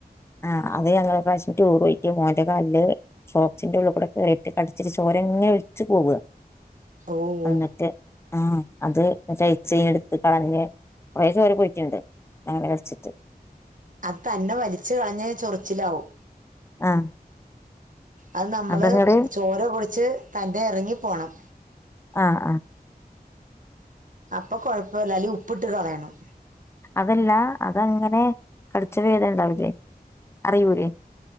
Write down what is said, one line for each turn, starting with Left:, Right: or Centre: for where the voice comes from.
Left: ആഹ് അത് ഞങ്ങളരാഷ്യം ടൂര് പോയിട്ട് മോന്റെ കല്ൽ ഷോക്സിന്റെ ഉള്ളിൽ കൂടെ കയറിട്ട് കടിച്ചിട്ട് ചോരങ്ങനെ ഒലിച്ച് പോവ
Right: ഓ ഓ
Left: ന്നിട്ട് ആഹ അത് <unintelligible> റ്റ് ചെയ എടുത്ത് കളഞ്ഞ <unintelligible> വരെ പോയിട്ടുണ്ട് ഞങ്ങെകടിച്ചിട്ട്
Right: അത് തന്നെ വലിച്ച് കളഞ്ഞ ചൊറിച്ചിലാവും.
Left: ആഹ്
Right: അത് നമ്മൾ
Left: അതങ്ങട്
Right: ചോര കുടിച്ച് തൻ്റെ ഇറങ്ങിപ്പോണം.
Left: ആ ആ
Right: അപ്പൊ കുഴപ്പല്ല അയില് ഉപ്പിട്ട് കളയണം
Left: അതല്ല അതങ്ങനെ കടിച്ച വേദന ണ്ടാവില്ലേ അറിയൂലേ?